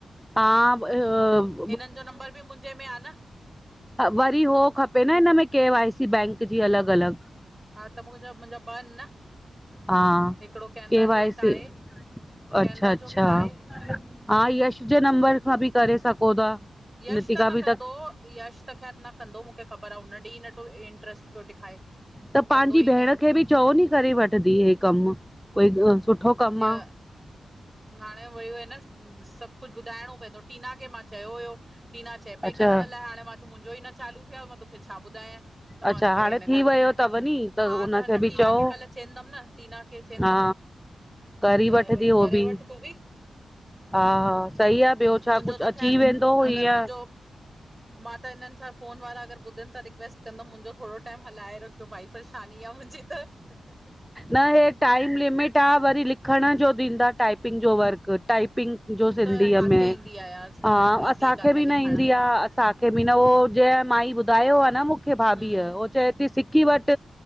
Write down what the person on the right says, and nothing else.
हिननि जो नंबर बि मुंजे में आ न।
हा त मुंजा, मुंजा ॿ आहिन न
हिकिड़ो केनरा
जो बि
त आहे।
केनरा
जो बि त आहे
यश
त न
कंदो यश त ख़ैर न कंदो मूंखे ख़बर आहे हुन ॾेह नथो इंट्रस्ट पियो ॾेखारे।
कंदो
ई न
बिया,
हाणे वयो हुई न सभु कुझु ॿुधाइणो पइंदो टीना खे मां चयो हुयो टीना चए पई
करण लाए हाणे मां मुंजो ई न चालू थियो आहे, मां तोखे छा ॿुधायां? त मां
हुन करे
हिन
करे
हा
त हिन
टीना
खे कल्ह चवंदमि न टीना खे चईंदमि
त
भई
करे
वठि तूं
मुंहिंजो
त
ख़ैरु
अगरि मुंहिंजो मां त हिन्हनि सां फ़ोन वारा अगरि ॿुधनि त रिक्वेस्ट कंदमि मुंहिंजो थोरो टाइम हलाए रखियो भाई परेशानी आ मुंजे।
त काथे
ईंदी आहे यार सिंधी
में ईंदी
काथे
लिखण
हम्म